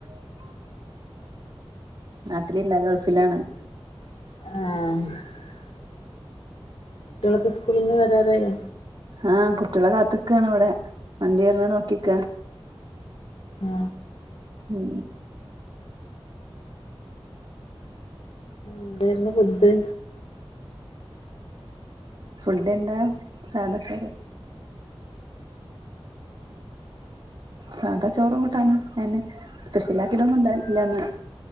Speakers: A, on the right; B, on the left.
A: നാട്ടിലില്ല ഗൾഫിലാണ്.
B: ആ കുട്ടികളൊക്കെ സ്കൂളിൽ നിന്ന് വരാറായോ
A: ആ കുട്ട്യാളെ കാത്ത്ക്കാണ് ഇവടെ വണ്ടി വെര്ണത് നോക്കിക്കാ.
B: ആ
A: മ്
B: എന്തേര്ന്നു ഫുഡ്ഡ്?
A: ഫുഡെന്താ സാധാ ചോറ്. സാതാ ചോറ കൂട്ടാനുംഅയന്നെ സ്പെഷ്യലാക്കിടോന്നുണ്ടാകീ ട്ടില്ലന്ന്